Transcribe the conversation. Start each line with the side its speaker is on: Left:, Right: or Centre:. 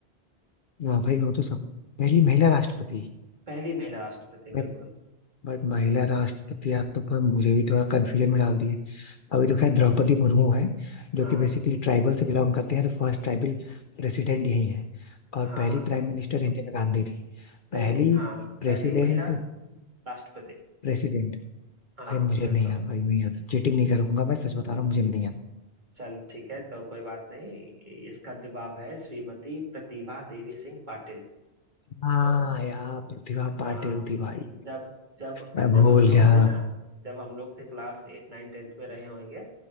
Left: हाँ भाई वो तो सब पहली महिला राष्ट्रपति
Right: पहली महिला राष्ट्रपति
Left: बट
Right: बिल्कुल
Left: बट महिला राष्ट्रपति आप तो पर मुझे भी थोड़ा कंफ्यूजन में डाल दिए अभी तो खैर द्रौपदी मुर्मू है जो
Right: हाँ
Left: कि बेसिकली ट्राइबल से बिलोंग करते हैं तो फर्स्ट ट्राइबल प्रेसिडेंट यही है और
Right: हाँ
Left: पहली प्राइम मिनिस्टर इंदिरा गांधी थी पहली
Right: नहीं नहीं हाँ
Left: प्रेसिडेंट
Right: पहली महिला राष्ट्रपति
Left: प्रेसिडेंट
Right: हाँ
Left: भाई मुझे
Right: बिल्कुल
Left: नहीं याद भाई नहीं याद चीटिंग नहीं करूंगा मैं सच बता रहा हूँ मुझे नहीं याद
Right: चल ठीक है तो कोई बात नहीं इसका जवाब है श्रीमती प्रतिभा देवी सिंह पाटिल
Left: हाँ
Right: तो
Left: यार प्रतिभा
Right: हाँ
Left: पाटिल थी भाई
Right: जब जब
Left: मैं भूल
Right: जब हम लोग
Left: गया
Right: थे ना जब हम लोग थे क्लास एट नाइन टेंथ में रहे होंगे